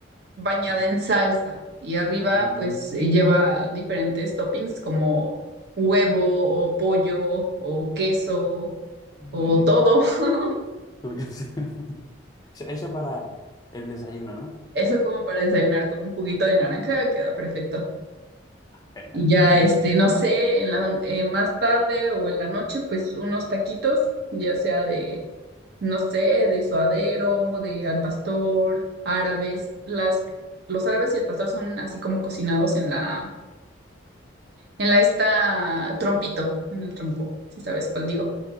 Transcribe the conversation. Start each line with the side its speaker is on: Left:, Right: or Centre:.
Right: bañada
Left: vale.
Right: en salsa y arriba
Left: Mm,
Right: pues lleva diferentes toppings como huevo o pollo o queso
Left: muy
Right: o
Left: bien.
Right: todo. <laughs>
Left: Porque es- <laughs> Eso eso para el desayuno, ¿no?
Right: Eso es como para desayunar con un juguito de naranja, queda perfecto.
Left: Genial.
Right: Y ya, este, no sé, en la, eh, más tarde o en la noche, pues unos taquitos, ya sea de, no sé, de suadero, de al pastor, árabes. Las, los árabes y el pastor son así como cocinados en la, en la esta trompito, en el trompo, si sabes cuál digo.